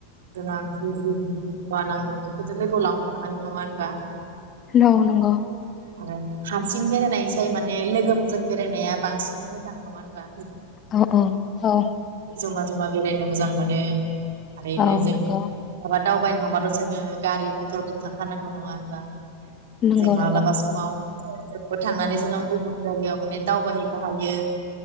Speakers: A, on the right (about 60°); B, on the left (about 25°).
A: गोनां जि जि मुवा नांगौ बेखौथ' लोगोआव लांबाय थानायानाय नङा होनबा
B: औ नंगौ
A: आरो हारसिं बेरायनाय माने लोगोफोरजों बेरायनाया बांसिन मोजां नङा होनबा।
B: औ औ औ
A: जमा जमा बेराय नो मोजां मोनो। थारैनो
B: औ नंगौ
A: <unintelligible> दावबायनो थांबाथ जोङो गारि मथर थांखानांगौ नङा होनबा
B: नंगौ
A: जों माब्लाबा
B: नंगौ
A: समाव ट्रेनजोंबो थांनानै जोङो गुबुन जायगायाव माने दावबायहैनो हायो